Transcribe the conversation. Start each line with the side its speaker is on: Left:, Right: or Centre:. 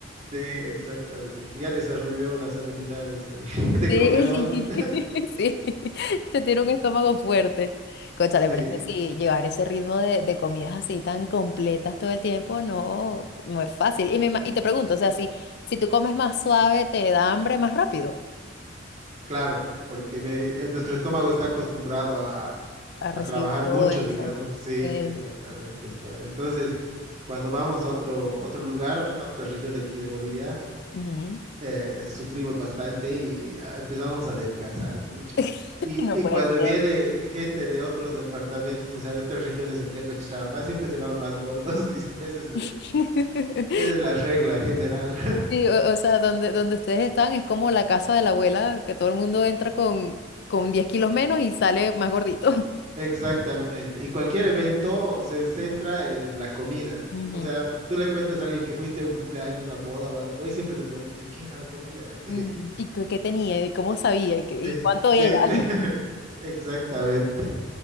Right: sí, exactamente. Ya desarrolló las habilidades ahí <laughs> de
Left: Sí,
Right: comelón.
Left: <laughs> sí. Ya tiene un estómago fuerte. Cónchale,
Right: Sí.
Left: pero es que sí, llevar ese ritmo de, de comidas así tan completas todo el tiempo no, no es fácil. Y, me ima- y te pregunto, o sea, si, si tú comes más suave, ¿te da hambre más rápido
Right: Claro, porque mi- eh, nuestro estómago está acostumbrado a,
Left: a recibir
Right: a trabajar
Left: todo
Right: mucho,
Left: eso?
Right: digamos. Sí, exactamente.
Left: Sí.
Right: está. Entonces, cuando vamos a otro, otro lugar, a otra región de aquí de Bolivia,
Left: Ujú.
Right: eh, sufrimos bastante y ah, empezamos a adelgazar mucho.
Left: <laughs>
Right: Y,
Left: No
Right: y
Left: puede
Right: cuando
Left: ser.
Right: viene gente de otros departamentos, o sea, de otras regiones aquí a Cochabamba, siempre se van más gordos. <laughs> Y esa es el-
Left: <laughs>
Right: esa es la regla general.
Left: Sí, o, o sea, donde, donde ustedes están es como la casa de la abuela, que todo el mundo entra con, con 10 kilos menos y sale más gordito. <laughs>
Right: Exactamente. Y cualquier evento se centra en la comida.
Left: Ujú.
Right: O sea, tú le cuentas a alguien que fuiste a un cumpleaños, una boda o algo, y siempre te pregunta, ¿y qué era la comida? <laughs>
Left: Mm, ¿Y qué, qué tenía? ¿Y cómo sabía? ¿Y, qué-
Right: Sí,
Left: y cuánto
Right: sí, sí.
Left: era?
Right: <laughs>
Left: <laughs> Era.
Right: exactamente.